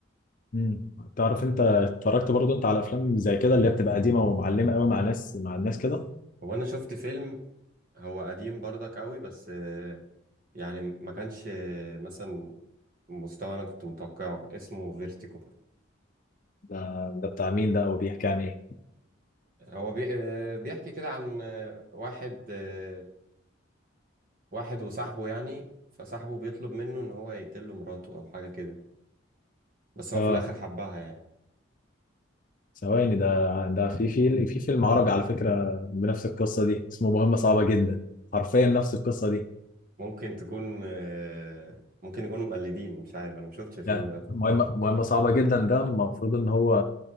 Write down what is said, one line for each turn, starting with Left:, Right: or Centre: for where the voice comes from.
Left: امم تعرف انت اتفرجت برضو انت على افلام زي كده اللي هي بتبقى قديمه ومعلمه قوي مع ناس مع الناس كده
Right: هو انا شفت فيلم هو قديم برضك قوي بس آه، يعني ما كانش آه، مثلا مستوى انا كنت متوقعه اسمه فيرتيكو
Left: ده ده بتاع مين ده وبيحكي عن ايه
Right: هو بي... آه، بيحكي كده عن آه، واحد آه، واحد وصاحبه يعني فصاحبه بيطلب منه ان هو يقتله مراته او حاجة كده بس هو
Left: اه
Right: في الاخر حبها يعني
Left: ثواني ده ده في في في فيلم عربي على فكرة بنفس القصة دي اسمه مهمة صعبة جدا حرفيا نفس القصة دي
Right: ممكن تكون آه، ممكن يكونوا مقلدين مش عارف انا ما شفتش الفيلم
Left: لا
Right: ده
Left: مهمة مهمة صعبة جدا ده المفروض ان هو